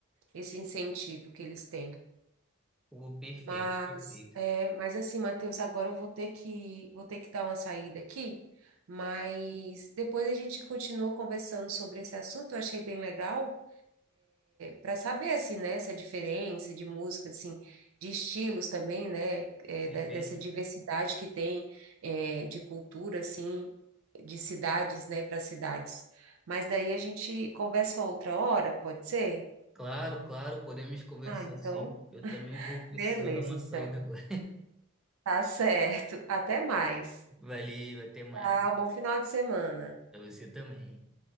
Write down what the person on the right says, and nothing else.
esse incentivo que eles têm.
Mas,
é, mas assim, Matheus, agora eu vou ter que, vou ter que dar uma saída aqui, mas depois a gente continua conversando sobre esse assunto, eu achei bem legal para saber assim, né, essa diferença de música, assim, de estilos também, né, é,
de- dessa diversidade que tem é, de cultura, assim, de cidades, né, para cidades. Mas daí a gente conversa outra hora, pode ser?
Ah, então,
beleza,
então.
Tá certo. Até mais.
Tchau, bom final de semana.